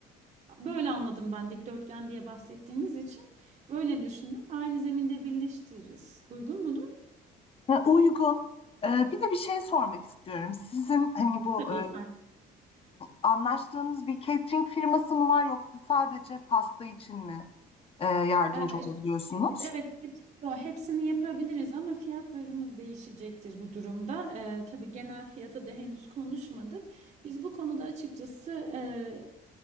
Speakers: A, on the right (about 40°); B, on the left (about 35°).
A: Böyle anladım ben dikdörtgen diye bahsettiğiniz için. Böyle düşündüm. Aynı zeminde birleştiririz. Uygun mudur?
B: Ve uygun. Ee, bir de bir şey sormak istiyorum. Sizin hani bu
A: Tabii.
B: e, anlaştığınız bir catering firması mı var yoksa sadece pasta için mi e, yardımcı
A: Ee,
B: olabiliyorsunuz?
A: Evet, petrol, hepsini yapabiliriz ama fiyatlarımız değişecektir bu durumda. Ee, tabii genel fiyata da henüz konuşmadık. Biz bu konuda açıkçası e,